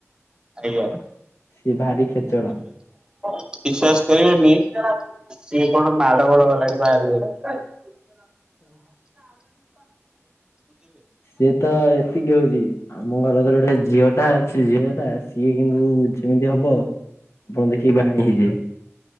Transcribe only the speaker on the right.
ଆଜ୍ଞା।
ବିଶ୍ୱାସ କରିବେନି ସିଏ କଣ ମାଡ ଗୋଳ କଲାଣି ବାହାରକୁ ଯାଇକି। <inaudible>